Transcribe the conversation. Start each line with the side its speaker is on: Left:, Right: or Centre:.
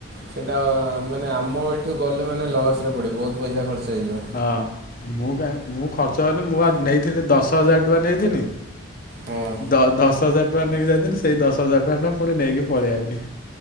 Right: ସେଇଟା ମାନେ ଆମ ଏଇଠୁ ଗଲେ ମାନେ ଲସ୍ ରେ ପଡ଼ିବୁ ବହୁତ ପଇସା ଖର୍ଚ୍ଚ ହେଇଯିବ।
Left: ହଁ ମୁଁ କାହିଁ ମୁଁ ଖର୍ଚ୍ଚ ହେଇନି ମୁଁ ବା ନେଇଥିନି ଦଶ ହଜାର ଟଙ୍କା ନେଇଥିନି।
Right: ହଁ
Left: ଦ ଦଶ ଦଶ ହଜାର ଟଙ୍କା ନେଇକି ଯାଇଥିଲି। ସେଇ ଦଶ ହଜାର ଟଙ୍କା ଟା ପୁଣି ନେଇକି ପଳେଇଆଇନି।